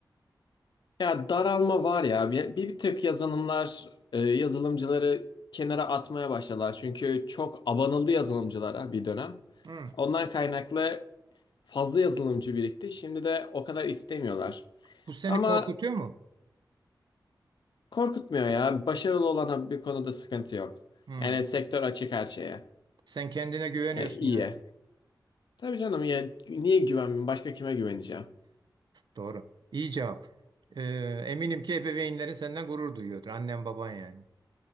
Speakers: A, on the left (about 75°); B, on the right (about 70°).
A: Ya daralma var ya. Bir, bir tık yazılımlar, e, yazılımcıları kenara atmaya başladılar. Çünkü çok abanıldı yazılımcılara bir dönem.
B: Hı.
A: Ondan kaynaklı fazla yazılımcı birikti. Şimdi de o kadar istemiyorlar.
B: Bu seni
A: Ama
B: korkutuyor mu?
A: korkutmuyor ya. Başarılı olana bir konuda sıkıntı yok.
B: Hı.
A: Yani sektör açık her şeye.
B: Sen kendine güveniyorsun
A: Yani iyiye.
B: yani.
A: Tabii canım ya niye güvenmeyeyim? Başka kime güveneceğim?
B: Doğru. İyi cevap. Ee, eminim ki ebeveynlerin senden gurur duyuyordur. Annen baban yani.